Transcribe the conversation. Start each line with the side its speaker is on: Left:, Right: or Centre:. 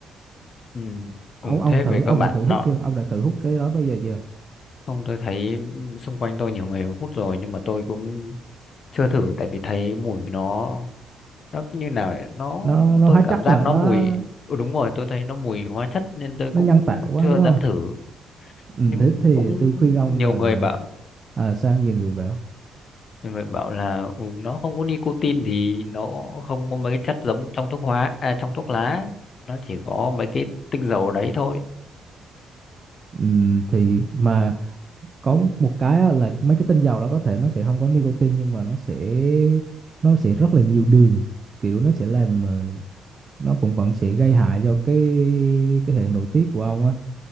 Left: Ừ.
Right: ông
Left: Ừ,
Right: ông
Left: thế
Right: thử
Left: về
Right: ông
Left: các bạn
Right: đã thử
Left: nó
Right: hút chưa ông đã thử hút cái đó bao giờ chưa
Left: không tôi thấy xung quanh tôi nhiều người hút rồi nhưng mà tôi cũng chưa thử tại vì thấy mùi nó nó như nào ấy, nó
Right: nó nó
Left: tôi
Right: hóa chất
Left: cảm giác
Right: quá
Left: nó
Right: nó
Left: mùi ừ, đúng rồi tôi thấy nó mùi hóa chất nên tôi
Right: nó
Left: cũng
Right: nhân tạo quá
Left: chưa
Right: đúng
Left: dám
Right: không
Left: thử
Right: ừ,
Left: nhưng
Right: thế thì
Left: cũng
Right: tôi khuyên ông
Left: nhiều
Right: là
Left: người bảo
Right: à, sao nhiều người bảo
Left: nhiều người bảo là ừ, nó không có nicotine thì nó không có mấy cái chất giống trong thuốc hóa à, trong thuốc lá nó chỉ có mấy cái tinh dầu đấy thôi
Right: ừ, thì mà có một cái á, là mấy cái tinh dầu đó có thể nó sẽ không có nicotine nhưng mà nó sẽ nó sẽ rất là nhiều đường kiểu nó sẽ làm ờ, nó cũng vẫn sẽ gây hại cho cái cái hệ nội tiết của ông á